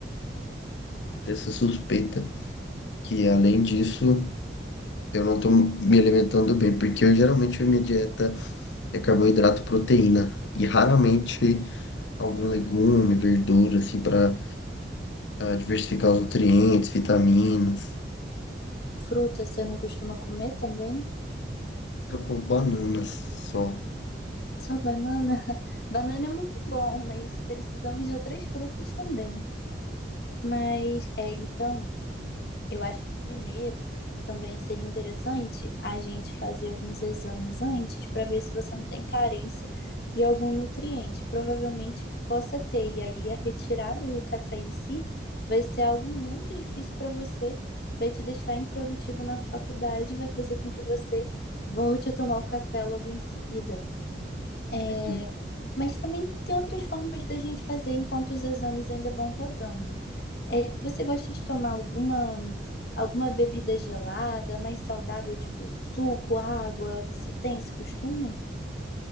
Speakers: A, on the left; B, on the left.
A: Tenho Essa suspeita que, além disso, eu não tô me alimentando bem, porque eu, geralmente a minha dieta é carboidrato e proteína e raramente algum legume, verdura, assim, para diversificar os nutrientes, vitaminas.
B: Fruta, você não costuma comer também?
A: Eu como bananas só.
B: Só banana? <laughs> Banana é muito bom, mas precisamos de outras frutas também. Mas, é, então. Eu acho que primeiro também seria interessante a gente fazer alguns exames antes para ver se você não tem carência de algum nutriente. Provavelmente possa ter, e aí a retirada do café em si vai ser algo muito difícil para você, vai te deixar improdutivo na faculdade, e vai fazer com que você volte a tomar o café logo em seguida. É,
A: Entendi.
B: Mas também tem outras formas da gente fazer enquanto os exames ainda vão rodando. É, você gosta de tomar alguma, alguma bebida gelada, mais saudável, tipo suco, água? Você tem esse costume?